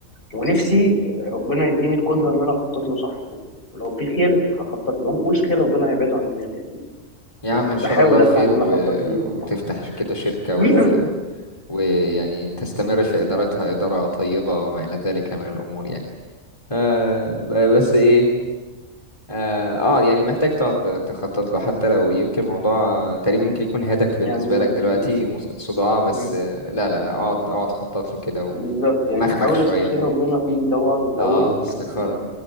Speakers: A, on the left (about 45°); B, on the left (about 25°).
A: ونفسي ربنا يديني القدرة إن أنا أخطط له صح ولو في خير هخطط له مفيهوش خير ربنا هيبعده عن دماغي أكيد
B: يا
A: بس
B: عم ان شاء
A: بحاول
B: الله
A: أسعى
B: خير
A: إن
B: و...
A: أنا أخطط فيه
B: وتفتح
A: <coughs>
B: كده شركة
A: <laughs>
B: و... ويعني تستمر في ادارتها ادارة طيبة وما الى ذلك من الامور يعني آه ب- بس ايه اه آه، يعني محتاج تقعد تخطط له حتى لو يمكن موضوع تقريبا ممكن يكون هدك
A: يعني
B: بالنسبة
A: بس
B: لك دلوقتي مس- صداع بس
A: م-
B: آه، لا لا لا اقعد اقعد خطط له كده
A: بالظبط يعني
B: ومخمخ
A: بحاول
B: شوية
A: أستخير ربنا فيه طبعا الأول
B: اه استخارة
A: يعني